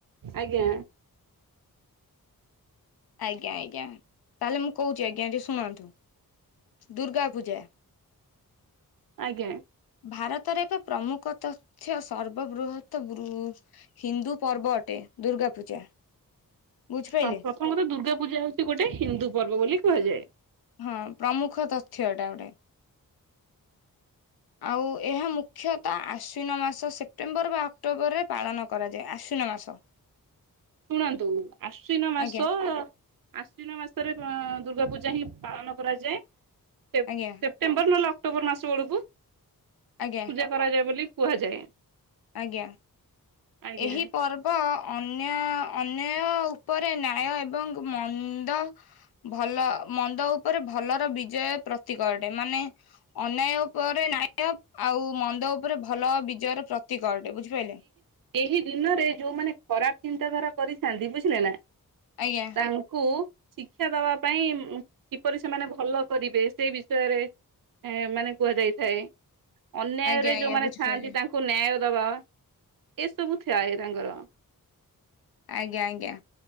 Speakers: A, on the right; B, on the left.
A: ଆଜ୍ଞା।
B: ଆଜ୍ଞା ଆଜ୍ଞା, ତାହେଲେ ମୁଁ କହୁଛି ଆଜ୍ଞା ଟିକେ ଶୁଣନ୍ତୁ ଦୁର୍ଗା ପୂଜା।
A: ଆଜ୍ଞା।
B: ଭାରତରେ ଏକ ପ୍ରମୁଖ ତଥ୍ଯ ସର୍ବବୃହତ୍ ତ୍ ହିନ୍ଦୁ ପର୍ବ ଅଟେ ଦୁର୍ଗା ପୂଜା। ବୁଝିପାରିଲେ।
A: ହଁ ପ୍ରଥମତଃ ଦୁର୍ଗା ପୂଜା ହଉଛି ଗୋଟେ ହିନ୍ଦୁ ପର୍ବ ବୋଲି କୁହାଯାଏ।
B: ହଁ ପ୍ରମୁଖ ତଥ୍ୟ ଏଟା ଗୋଟେ। ଆଉ ଏହା ମୁଖ୍ୟତଃ ଆଶ୍ୱିନ ମାସ ସେପ୍ଟେମ୍ବର ବା ଅକ୍ଟୋବରରେ ପାଳନ କରାଯାଏ, ଆଶ୍ୱିନ ମାସ। <inaudible>
A: ଶୁଣନ୍ତୁ ଆଶ୍ୱିନ ମାସ
B: ଆଜ୍ଞା
A: ଆଶ୍ଵିନ ମାସରେ ଦୁର୍ଗା ପୂଜା ହିଁ ପାଳନ କରାଯାଏ, ସେ ସେ
B: ଆଜ୍ଞା
A: ସେପ୍ଟେମ୍ୱର ନହେଲେ ଅକ୍ଟୋବର ମାସ ବେଳକୁ।
B: ଆଜ୍ଞା।
A: ପୂଜା କରାଯାଏ ବୋଲି କୁହାଯାଏ।
B: ଆଜ୍ଞା,
A: ଆଜ୍ଞା
B: ଏହି ପର୍ବ ଅନ୍ୟ ଅନ୍ୟାୟ ଉପରେ ନ୍ୟାୟ ଏବଂ ମନ୍ଦ ଭଲ ମନ୍ଦ ଉପରେ ଭଲର ବିଜୟ ପ୍ରତୀକ ଅଟେ, ମାନେ ଅନ୍ୟାୟ ଉପରେ ନ୍ୟାୟ ଆଉ ମନ୍ଦ ଉପରେ ଭଲ ବିଜୟର ପ୍ରତୀକ ଅଟେ, ବୁଝିପାଇଲେ।
A: ଏହି ଦିନରେ ଯୋଉମାନେ ଖରାପ ଚିନ୍ତାଧାରା କରିଥାନ୍ତି ବୁଝିଲେ ନା।
B: ଆଜ୍ଞା।
A: ତାଙ୍କୁ ଶିକ୍ଷା ଦବା ପାଇଁ କିପରି ସେମାନେ ଭଲ କରିବେ ସେ ବିଷୟରେ ଏ ମାନେ କୁହାଯାଇଥାଏ, ଅନ୍ୟାୟରେ
B: ଆଜ୍ଞା ଆଜ୍ଞା
A: ଯୋଉମାନେ
B: ବୁଝିପାରିଲି
A: ଥାଆନ୍ତି ତାଙ୍କୁ ନ୍ୟାୟ ଦବା। ଏସବୁ ଥାଏ ତାଙ୍କର।
B: ଆଜ୍ଞା ଆଜ୍ଞା।